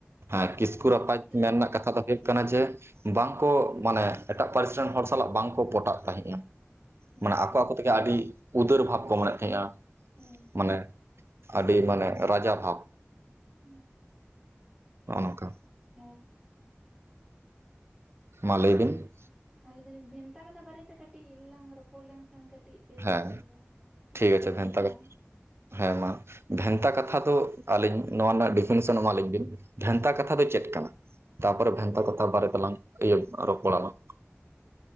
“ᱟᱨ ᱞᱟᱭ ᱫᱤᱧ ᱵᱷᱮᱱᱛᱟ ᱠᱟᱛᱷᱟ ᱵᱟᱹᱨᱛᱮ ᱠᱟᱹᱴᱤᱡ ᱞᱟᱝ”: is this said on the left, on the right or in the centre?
Right